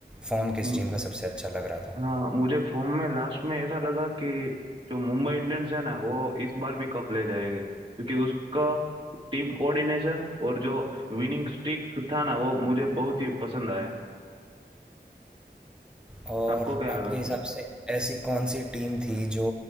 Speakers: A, in the centre; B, on the right.
A: फॉर्म किस
B: है
A: टीम का सबसे अच्छा लग रहा था
B: हाँ मुझे फॉर्म में लास्ट में ऐसा लगा कि जो मुंबई इंडियंस है ना वो इस बार भी कप ले जाएंगे क्योंकि उसका टीम कोऑर्डिनेशन और जो विनिंग स्ट्रीक था ना वो मुझे बहुत ही पसंद आया
A: और
B: आपको क्या
A: आपके
B: लगा
A: हिसाब से ऐसी कौन सी टीम थी जो